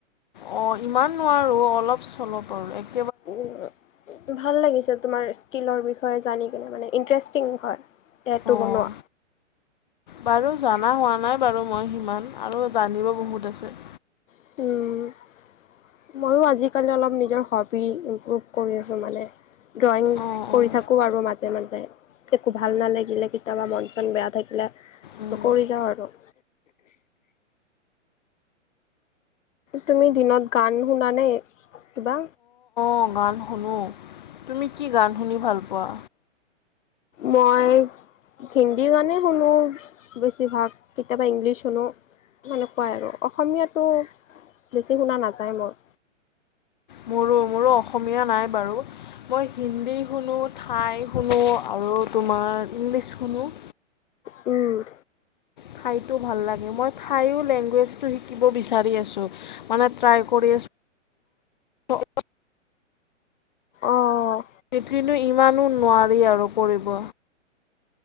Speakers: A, on the left; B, on the left.
A: অ, ইমান নোৱাৰো, অলপ-চলপ আৰু এ
B: উম, ভাল লাগিছে তোমাৰ স্কিলৰ বিষয়ে জানি কিনে, মানে ইণ্টাৰেষ্টিং হয়। টেটু
A: অঁ
B: বনোৱা?
A: বাৰু জনা হোৱা নাই বাৰু, মই সিমান আৰু জানিব বহুত আছে।
B: হয়, ময়ো আজিকালি অলপ নিজৰ হবি, ইম্প্ৰুভ কৰি আছোঁ মানে। ড্ৰয়িং,
A: অঁ
B: কৰি
A: অঁ
B: থাকোঁ আৰু মাজে মাজে-মাজে, একো ভাল নালাগিলে কেতিয়াবা মন-চন বেয়া থাকিলে।
A: উম।
B: ত, কৰি যাওঁ আৰু তুমি দিনত গান শুনানে কিবা?
A: অ, গান শুনো তুমি কি গান শুনি ভাল পোৱা।
B: মই হিন্দী গানে শুনো, বেছিভাগ কেতিয়াবা ইংলিছ শুনো। এনেকুৱাই আৰু, অসমীয়াটো বেছি শুনা নাযায় মই।
A: মোৰো, মোৰো অসমীয়া নাই বাৰু। মই হিন্দী শুনো, ঠাই শুনো, আৰু তোমাৰ ইংলিছ শুনো।
B: উম,
A: ঠাইতো ভাল লাগে, মই ঠাইও লেংগুৱেজটো শিকিব বিচাৰি আছোঁ। মানে ট্ৰাই কৰি আছো <inaudible>
B: অ'।
A: কিন্তু ইমানো নোৱাৰি আৰু কৰিব।